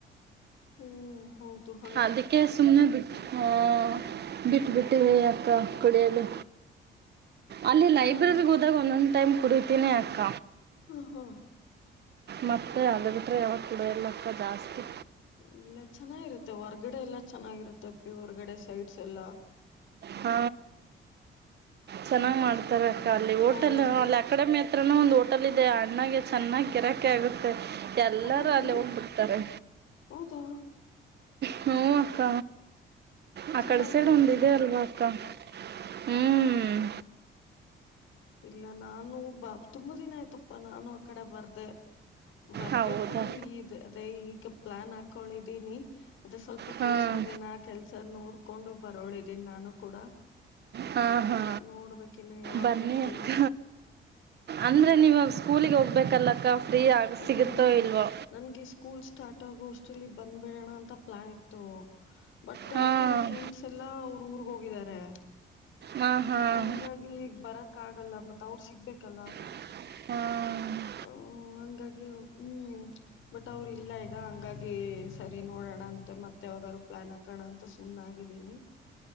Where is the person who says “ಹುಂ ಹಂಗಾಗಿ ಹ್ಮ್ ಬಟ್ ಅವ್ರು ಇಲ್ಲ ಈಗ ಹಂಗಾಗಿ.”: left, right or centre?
Left